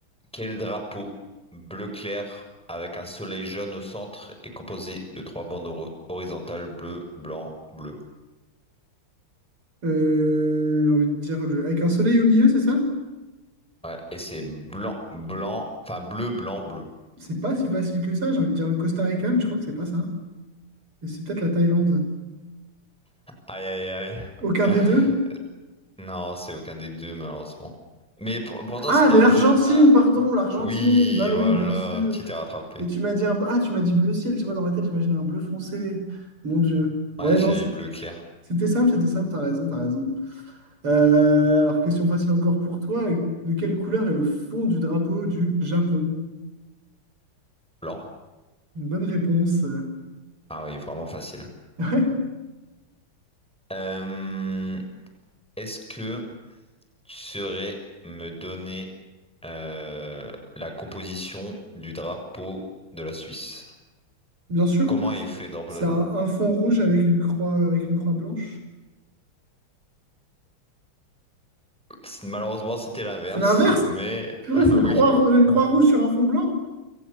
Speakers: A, in the centre; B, on the right (about 85°).
A: Quel drapeau bleu clair avec un soleil jaune au centre est composé de trois bandes hor- horizontales bleu, blanc, bleu?
B: Euh, j'ai envie de dire le... avec un soleil au milieu, c'est ça?
A: Ouais, et c'est blanc, blanc, enfin bleu, blanc, bleu.
B: C'est pas si facile que ça. J'ai envie de dire le Costa Rica, mais je crois que c'est pas ça. Et c'est peut-être la Thaïlande.
A: Aïe, aïe, aïe.
B: Aucun des
A: <laughs>
B: deux?
A: Non, c'est aucun des deux, malheureusement. Mais pour- pourtant,
B: Ah,
A: c'était
B: mais
A: un,
B: l'Argentine,
A: fu- un,
B: pardon, l'Argentine.
A: Oui,
B: Bah
A: voilà,
B: oui, bien sûr.
A: tu t'es rattrapé.
B: Mais tu m'as dit un... ah, tu m'as dit bleu ciel. Je sais pas, dans ma tête, j'imaginais un bleu foncé. Mon Dieu. Ouais,
A: Ouais, j'ai
B: non,
A: bleu clair,
B: c'était simple, c'était simple. T'as raison, t'as raison. Euh, alors, question facile encore pour toi. De quelle couleur est le fond du drapeau du Japon?
A: blanc.
B: Une bonne réponse. <laughs>
A: Ah oui, vraiment facile.
B: Ouais,
A: Euh, est-ce que tu saurais me donner euh, la composition du drapeau de la Suisse?
B: bien sûr.
A: Comment il fait le drapeau
B: C'est
A: de la
B: un, un fond rouge avec une croix, avec une croix blanche.
A: Suisse? Malheureusement, c'était l'inverse,
B: C'est l'inverse.
A: mais...
B: Purée,
A: <laughs> Ah
B: c'est une
A: oui.
B: croix, ro- une croix rouge sur un fond blanc.